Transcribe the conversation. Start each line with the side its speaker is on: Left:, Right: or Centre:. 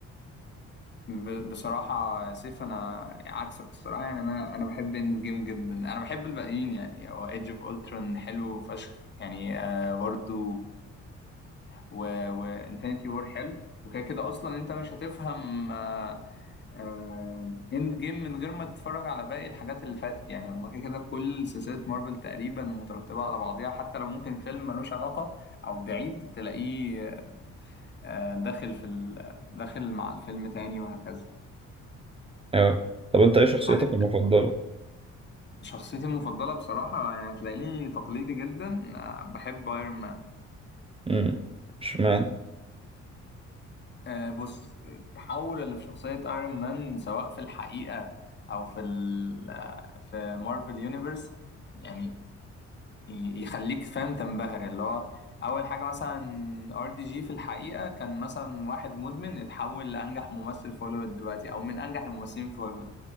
Left: ب- بصراحة يا سيف أنا عكسك الصراحة يعني أنا أنا بحب إند جيم جدا أنا بحب الباقيين يعني هو إيدج أوف أولترون حلو فشخ يعني آه برضه وإنفينيتي وور حلو وكده كده أصلا أنت مش هتفهم آه آه إند جيم من غير ما تتفرج على باقي الحاجات اللي فاتت يعني هما كده كده كل سلسلة مارفل تقريبا مترتبة على بعضيها حتى لو ممكن فيلم ملوش علاقة أو بعيد تلاقيه آه داخل في ال- داخل مع الفيلم تاني وهكذا
Right: اه طب انت ايه شخصيتك
Left: عارف
Right: المفضلة؟
Left: شخصيتي المفضلة بصراحة يعني هتلاقيني تقليدي جدا آه، بحب ايرون مان
Right: امم اشمعنى؟
Left: آه، بص التحول اللي في شخصية ايرون مان سواء في الحقيقة أو في ال آه، في مارفل يونيفرس يعني ي- يخليك فاهم تنبهر اللي هو اول حاجه مثلا ار دي جي في الحقيقه كان مثلا واحد مدمن اتحول لانجح ممثل في هوليوود دلوقتي او من انجح الممثلين في هوليوود